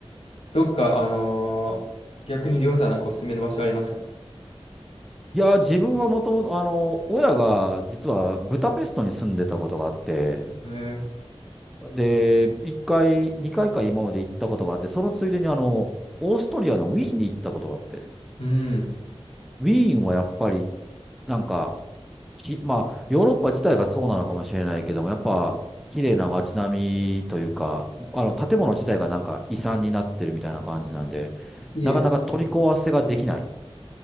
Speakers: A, on the left (about 70°); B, in the centre.
A: どっか、あのー逆にりょうさんなんかおすすめの場所ありますか
B: いや、自分はもともと、あの、親が実はブダペストに住んでたことがあって、
A: えー、
B: で、一回、二回か今まで行ったことがあって、そのついでにあの、オーストリアのウィーンに行ったことがあって、
A: うん、
B: ウィーンはやっぱり、なんか、きまあ、ヨーロッパ自体がそうなのかもしれないけども、やっぱ、綺麗な街並みというか、あの、建物自体がなんか遺産になってるみたいな感じなんで、
A: 綺麗。
B: なかなか取り壊せができない。